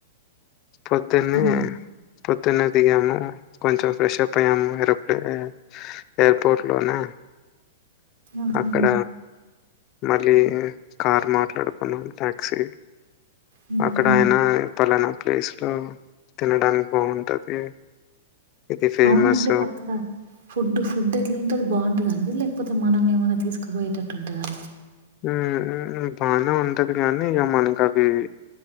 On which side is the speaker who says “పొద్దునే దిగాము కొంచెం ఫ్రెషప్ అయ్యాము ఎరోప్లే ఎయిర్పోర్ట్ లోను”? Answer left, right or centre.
Left